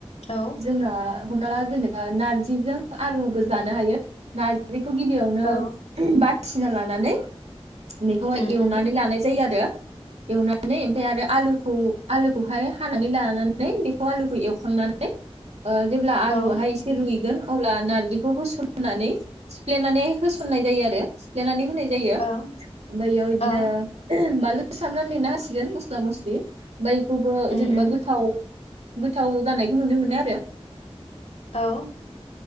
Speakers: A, on the left; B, on the right.
A: औ
B: जोंङो हमना ला जेनेबा नारजिजों आलुबो जानो हायो नारजि बेखौ गिदिरयावनो
A: औ
B: बा बायसिना लानानै बेखौहाय
A: उम
B: एवनानै
A: उम
B: लानाय जायो आरो एवनानै ओमफाय आरो आलुखौ आलुखौहाय हानानै लानानै बेखौ आलुखौ ए <unintelligible> ओ जेब्ला आलुहाय
A: औ
B: एसे रुइगोन अब्ला नारजिखौ होसननानै सिफ्लेनानै होसननाय जायो आरो सिफ्लेनानै होनाय ज जायो
A: ओं
B: ओमफायो इदिनो
A: ओं
B: सामब्राम देना होसिगोन मस्ला मस्लि बैखौबो
A: उम
B: जेनेबा
A: उम
B: गोथाव गोथ थाव जानायखौ नुनो मोनो आरो।
A: औ।